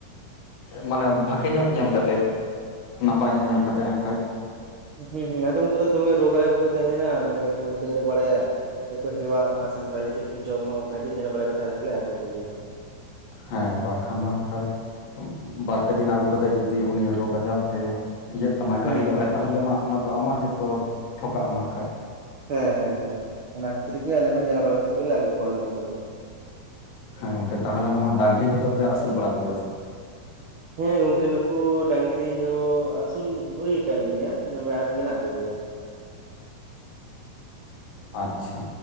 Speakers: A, on the left (about 90°); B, on the right (about 65°).
A: ᱢᱟᱱᱮ ᱵᱷᱟᱜᱮ ᱧᱚᱜ ᱧᱮᱞ ᱠᱟᱛᱮ ᱱᱟᱯᱟᱭ ᱧᱚᱜ ᱧᱮᱞ ᱠᱟᱛᱮ ᱦᱟᱸ ᱠᱷᱟᱡ
B: ᱦᱩᱸ ᱦᱩᱸ ᱟᱫᱚᱢ ᱠᱚᱫᱚ ᱫᱚᱢᱮ ᱨᱚᱜᱟ ᱜᱮᱠᱚ ᱛᱟᱦᱮᱱᱟ ᱫᱚᱢᱮ ᱠᱚ ᱫᱟᱹᱲ ᱵᱟᱲᱟᱭᱟ ᱟᱠᱚ ᱦᱮᱣᱟ ᱢᱟ ᱥᱮ ᱵᱷᱟᱜᱤ ᱴᱷᱤᱠ ᱠᱚ ᱡᱚᱢ ᱢᱟ ᱚᱱᱠᱟ ᱜᱮ ᱧᱮᱞ ᱵᱟᱲᱟ ᱠᱟᱛᱮᱜ ᱞᱮ ᱟᱹᱜᱩ ᱠᱚᱜᱮᱭᱟ
A: ᱦᱮᱸ ᱵᱟᱝᱠᱷᱟᱱ ᱫᱚᱦᱤ ᱠᱷᱟᱡ ᱵᱟᱨᱯᱮ ᱫᱤᱱ ᱟᱹᱜᱩ ᱠᱟᱛᱮᱜ ᱡᱚᱫᱤ ᱩᱱᱤ ᱨᱳᱜᱽ ᱟᱡᱟᱨ ᱛᱮ ᱤᱭᱟᱹᱜ ᱛᱟᱢᱟ ᱠᱟᱹ
B: ᱦᱩᱸ
A: ᱦᱤᱞᱳᱜ
B: ᱦᱩᱸ
A: ᱟᱭ
B: ᱦᱩᱸ
A: ᱛᱟᱦᱚᱞᱮ
B: ᱦᱩᱸ
A: ᱢᱟ ᱚᱱᱟ ᱫᱚ ᱟᱢᱟᱜ ᱜᱮᱛᱚ ᱴᱷᱚᱠᱟᱜ ᱟᱢᱟ ᱠᱷᱟᱱᱡ
B: ᱦᱮᱸ ᱦᱮᱸ ᱦᱮᱸ ᱚᱱᱟ ᱠᱷᱟᱹᱛᱤᱨ ᱜᱮ ᱟᱞᱮ ᱦᱚᱸ ᱧᱮᱞ ᱵᱟᱲᱟ ᱠᱟᱛᱮ ᱜᱮ ᱞᱟ ᱟᱜᱩ ᱠᱚᱣᱟ ᱚᱱᱮ ᱚᱱᱠᱟ ᱜᱮ
A: ᱦᱮᱸ ᱜᱚᱝᱠᱮ ᱛᱟᱦᱚᱞᱮ ᱱᱚᱜᱚᱭ ᱰᱟᱝᱨᱤ ᱠᱚᱫᱚ ᱯᱮ ᱟᱹᱥᱩᱞ ᱵᱟᱲᱟ ᱠᱚᱜᱮᱭᱟ ᱥᱮ ᱵᱟᱝ?
B: ᱦᱮᱸ ᱜᱚᱝᱠᱮ ᱱᱩᱠᱩ ᱰᱟᱝᱨᱤ ᱦᱚᱸ ᱟᱹᱥᱩᱞ ᱦᱩᱭ ᱟᱠᱟᱱ ᱜᱮᱭᱟᱮ ᱟᱨ ᱢᱮᱱᱟᱜ ᱠᱚᱜᱮᱭᱟ᱾
A: ᱟᱪᱷᱟ